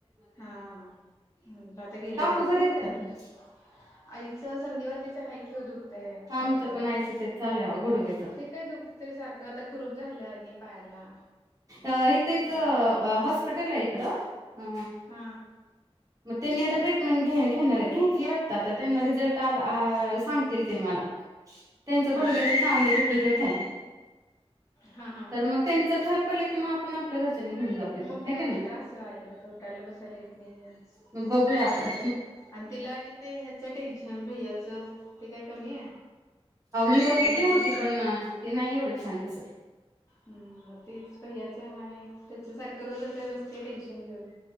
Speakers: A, on the left; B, on the right.
A: हा म्हटलं आता गेलं
B: काकू
A: नाही
B: बरे
A: तर मग
B: आहेत
A: त्या
B: का
A: दिवशीं
B: ते
A: हा आईच संधीवाताच हायच किव दुखतय
B: आमच्या
A: सारखं
B: पण आईचं ते चालू आहे गुडघ्याचं
A: ते काय दुख ते सारखं आता आणि कुरूप झालं आहे आणि पायाला
B: अ इथे
A: ते
B: एक अ हॉस्पिटल आहे इकडं. अ
A: हां
B: मग त्यांनी आता ट्रीटमेंट घ घेणार हायत घेतली वाटत तर त्यांना आज अ रिझल्ट सांगतील ते मला. त्यांचं
A: बर
B: गुडघ्याच सांधे दुखीचच आहे.
A: हा हा
B: तर मग त्यांच्यात फरक पडला की मग पण आपल्या घरच्यांनी घेऊन जात होता
A: मग
B: हाय
A: काय आले
B: का नाय.
A: त्रास आहे ओ आईला तर उठायला बसायला येत नाही
B: मग बघूया
A: दुखाय
B: आपण
A: लागलंय आणि तिला आणि ते ह्याच टेन्शन भैयाच ते काय कमी आहे?
B: आम्ही बघितली
A: त्याच्या अजून
B: होती
A: हाय
B: पण
A: की
B: ते नाही एवढे छान दिसत.
A: मग तेच भैयाच हाय त्याचं सारखं रोजचं आहे बसते टेन्शन घेऊन.